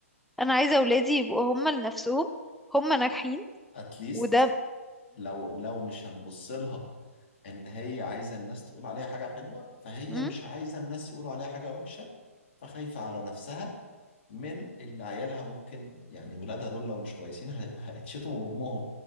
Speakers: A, in the centre; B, on the left.
A: انا عايزة ولادي يبقوا هم لنفسهم هم ناجحين
B: أتليست
A: وده
B: لو لو مش هنبص لها ان هي عايزه الناس تقول عليها حاجه حلوه فهي
A: م?
B: مش عايزه الناس يقولوا عليها حاجه وحشه فخايفه على نفسها من اللي عيالها ممكن يعني ولادها دول لو مش كويسين ه- هيتشتموا بامهم